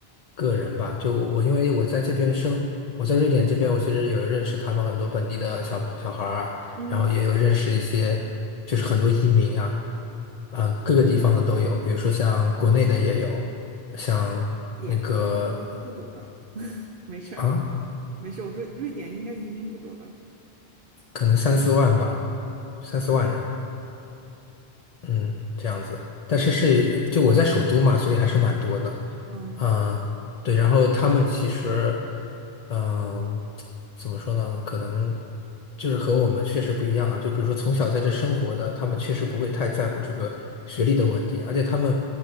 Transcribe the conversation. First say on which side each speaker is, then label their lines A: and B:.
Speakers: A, on the left; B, on the right.
A: 个人吧。就我我因为我在这边生，我在瑞典这边，我其实有认识他们很多本地的小小孩儿啊，
B: 嗯，
A: 然后也有认识一些就是很多移民啊，啊、各个地方的都有，比如说像国内的也有，像那个
B: 点移民不多吧？<laughs> 没事儿，
A: 啊，
B: 没事我说瑞典应该移民不多吧？
A: 可能三四万吧，三四万人。嗯，这样子，但是是就我在首都嘛，所以还是蛮多的。
B: 嗯。
A: 啊、对，然后他们其实，嗯、怎么说呢？可能就是和我们确实不一样啊。就比如说从小在这生活的，他们确实不会太在乎这个学历的问题，而且他们